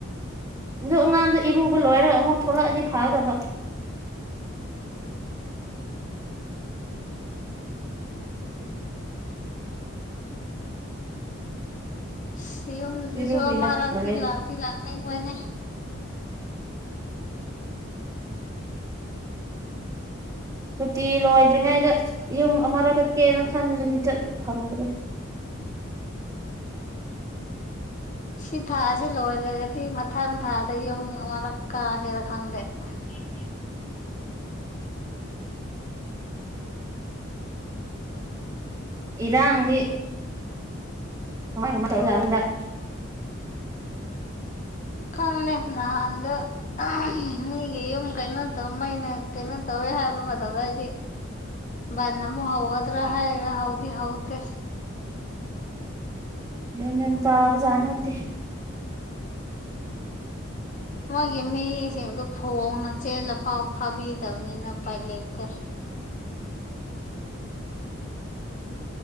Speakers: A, on the right; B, on the left.
A: ꯑꯗꯨ ꯑꯉꯥꯡꯗꯣ ꯏꯔꯨꯕ ꯂꯣꯏꯔꯒ ꯑꯃꯨꯛ ꯊꯣꯛꯂꯛꯑꯗꯤ ꯐꯒꯗꯕ
B: ꯁꯤ ꯌꯨꯝꯁꯤꯁꯨ
A: ꯏꯔꯨꯕꯤꯅ
B: ꯑꯃꯥꯔꯛꯇꯤ
A: ꯇꯜꯂꯦ
B: ꯂꯥꯛꯇꯤ ꯂꯥꯛꯅꯤꯡꯕꯅꯦ
A: ꯁꯨꯇꯤ ꯂꯣꯏꯗ꯭ꯔꯤꯉꯩꯗ ꯌꯨꯝ ꯑꯃꯔꯛ ꯆꯠꯀꯦꯅ ꯈꯟꯕꯅꯤ ꯆꯠꯄ ꯐꯪꯗ꯭ꯔꯦ
B: ꯁꯤ ꯊꯥꯖꯤ ꯂꯣꯏꯔꯒꯗꯤ ꯃꯊꯪ ꯊꯥꯗ ꯌꯨꯝ ꯑꯃꯔꯛ ꯀꯥꯁꯤꯔ ꯈꯪꯗꯦ <unintelligible>
A: ꯏꯔꯥꯡꯗꯤ <unintelligible>
B: ꯈꯪꯗꯦ ꯅꯍꯥꯟꯗꯣ ꯑꯍꯝ ꯃꯤꯒꯤ ꯌꯨꯝ ꯀꯩꯅꯣ ꯇꯧ ꯃꯩꯅ ꯀꯩꯅꯣ ꯇꯧꯋꯦ ꯍꯥꯏꯕ ꯃꯇꯝꯗꯗꯤ ꯕꯟ ꯑꯃꯨꯛ ꯍꯧꯒꯗ꯭ꯔꯥ ꯍꯥꯏꯔꯒ ꯍꯧꯗꯤ ꯍꯧꯗꯦ
A: ꯒꯌꯥꯟ ꯃꯦꯟ ꯇꯥꯕꯖꯥꯠ ꯅꯠꯇꯦ
B: ꯃꯣꯏꯒꯤ ꯃꯤꯁꯤꯡꯗꯨ ꯐꯣꯡꯅ ꯆꯦꯜꯂ ꯐꯥꯎ ꯐꯥꯕꯤꯗꯕꯅꯤꯅ ꯎꯄꯥꯏ ꯂꯩꯇꯦ